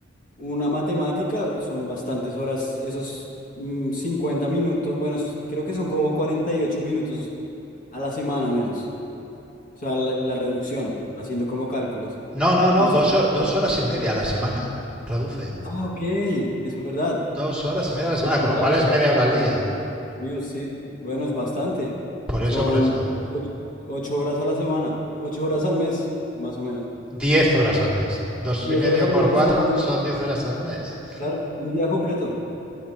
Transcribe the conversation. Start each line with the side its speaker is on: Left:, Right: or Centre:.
Left: una matemática, son bastantes horas, esos mm, 50 minutos, bueno, esos- creo que son como 48 minutos a la semana menos, o sea, la, la reducción, haciendo como cálculos.
Centre: No, no,
Left: Entonces,
Centre: no, dos, dos horas y media a la semana. Reducen.
Left: ah, ok, es verdad,
Centre: Dos horas y media a la semana,
Left: es verdad,
Centre: con lo cual
Left: entonces,
Centre: es media hora al día.
Left: sí, bueno, es bastante,
Centre: Por
Left: son
Centre: eso, por eso.
Left: ocho ocho horas a la semana, ocho horas al mes, más o menos.
Centre: Diez horas al mes. Dos y
Left: diez
Centre: medio
Left: horas al
Centre: por
Left: mes, o
Centre: cuatro
Left: sea, un día,
Centre: son diez horas al mes.
Left: claro, un día completo,